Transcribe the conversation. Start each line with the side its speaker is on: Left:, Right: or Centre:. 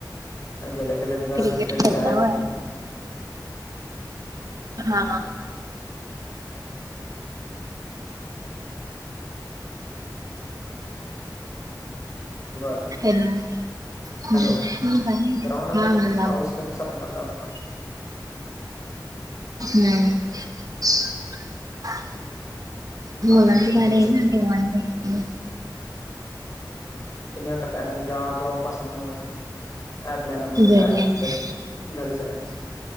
Left: गेल्या गेल्या जरा
Right: क्रिकेट
Left: क्रिकेटची
Right: खेळता
Left: आवड
Right: व्हय? हा हा
Left: वाळतय तवा
Right: हॅलो हम्म
Left: हॅलो ग्राउंड आता
Right: हा लाव
Left: पाऊस कधी संपणार तवा <inaudible>
Right: नाही <unintelligible> मुलाचं
Left: बाकीच तुमचं
Right: भारी
Left: कसं
Right: आहे ना
Left: काय?
Right: निवांत असते
Left: तुम्ही आता काय म्हणजे आज ऑफ असल्या म्हणून काय प्लॅन म्हणजे
Right: घरी
Left: काय
Right: आहे.
Left: पिक्चर बिक्चर घरीच आहे